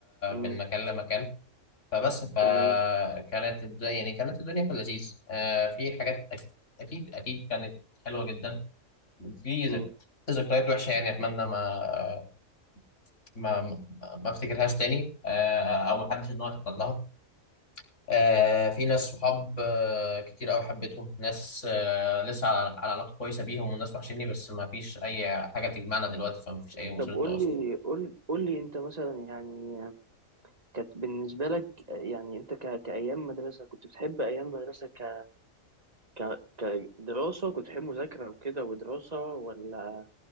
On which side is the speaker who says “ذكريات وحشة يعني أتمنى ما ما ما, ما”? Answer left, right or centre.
Left